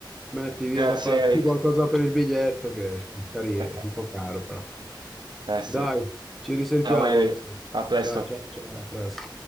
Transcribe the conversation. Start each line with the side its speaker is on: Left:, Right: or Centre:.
Centre: metti via
Right: Grazie,
Centre: da parte
Right: Eric.
Centre: qualcosa per il biglietto, che magari
Right: <laughs>
Centre: è un po' caro, però.
Right: Eh sì.
Centre: Dai, ci risentiamo
Right: Ciao, Eric.
Centre: allora.
Right: A presto.
Centre: Dai, ciao, ciao, a presto.